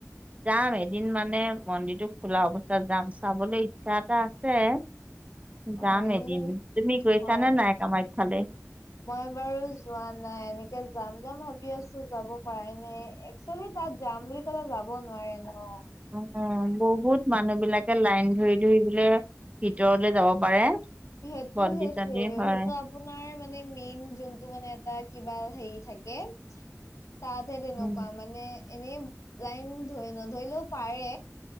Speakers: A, on the right; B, on the left.
A: যাম এদিন মানে মন্দিৰটো খোলা অৱস্থাত যাম চাবলৈ ইচ্ছা এটা আছে। যাম
B: অ এনেই
A: এদিন তুমি গৈছানে
B: অ
A: নাই কামাখ্যালে।
B: মই বাৰু যোৱা নাই এনেকে যাম যাম ভাবি আছো যাব পৰাই নাই একচুৱেলি তাত যাম বুলি ক'লে যাব নোৱাৰে ন'।
A: অ', বহুত মানুহ বিলাকে লাইন ধৰি ধৰি বোলে ভিতৰলে যাব পাৰে।
B: সেইটো
A: বন্দী
B: সেইটোৱে
A: চন্দী হয়,
B: সেইটো আ পোনাৰ মানে মেইন যোনটো মানে এটা কিবা হেৰি থাকে। তাতহে তেনেকুৱা
A: উম,
B: মানে এনেই লাইন ধৰি নধৰিলেও পাৰে।